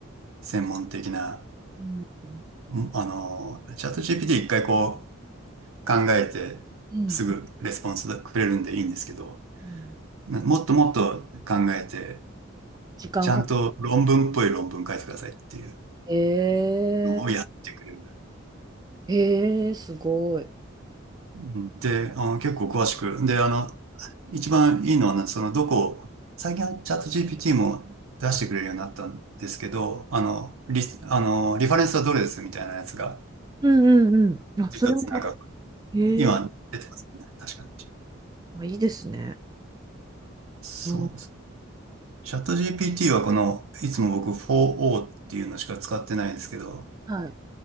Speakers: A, on the right; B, on the right.
A: 専門的な、
B: うん。
A: んあの、チャット GPT 一回こう、考えて、
B: うん
A: すぐレスポンスくれるんでいいんですけど、
B: うん。
A: なもっともっと考えて、
B: 時間か
A: ちゃんと論文っぽい論文書いてくださいっていう
B: けえ
A: のをやってくれる。
B: ー、えー、すごい。
A: うんで、あの、結構詳しく。で、あの、一番いいのはね、その、どこ、最近はチャット GPT も出してくれるようになったんですけど、あの、リ、あの、リファレンスはどれですみたいなやつが、
B: うんうんうん。あ、それも、
A: 一つなんか、
B: へえ、
A: 今出てますね。確かに。
B: あ、いいですね。
A: そうそう。
B: うん、
A: チャット GPT はこの、いつも僕 4O っていうのしか使ってないんですけど、
B: はい。